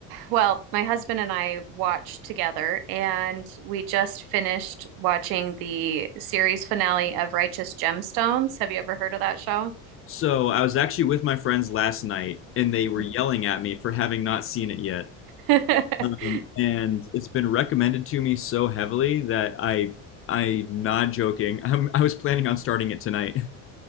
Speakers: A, on the right; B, on the left.
A: well, my husband and I watched together, and we just finished watching the series finale of Righteous Gemstones. Have you ever heard of that show?
B: So I was actually with my friends last night, and they were
A: Mhm.
B: yelling at me for having not seen it yet.
A: <laughs>
B: Um, and it's been recommended to me so heavily that I, I'm not joking. <laughs> I'm, I was planning on starting it tonight.